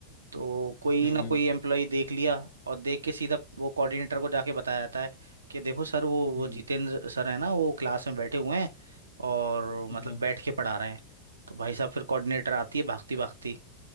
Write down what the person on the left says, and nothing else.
हम्म
हम्म
हम्म
हम्म हम्म